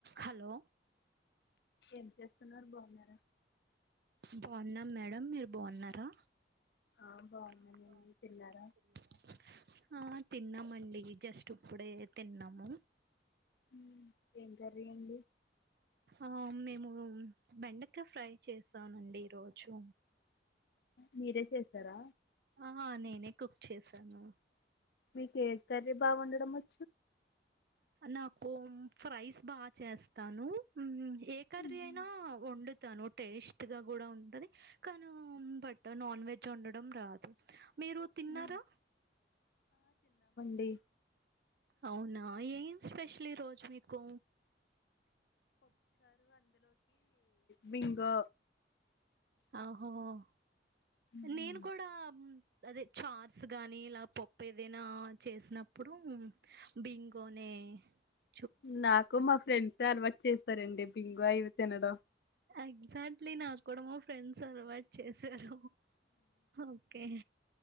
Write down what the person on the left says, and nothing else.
ఏం చేస్తున్నారు బాగున్నారా
ఆ బాగున్నానండి
తిన్నారా
ఉమ్, ఏం కర్రీ అండి
మీరే చేసారా
మీకు ఏ కర్రీ బాగ వుండడం వచ్చు
ఉమ్,
ఆ ఏ
బింగొ
ఉమ్,
నాకు మా ఫ్రెండ్ ఏ అలవాటు చేసారండి బింగొ లు తినడం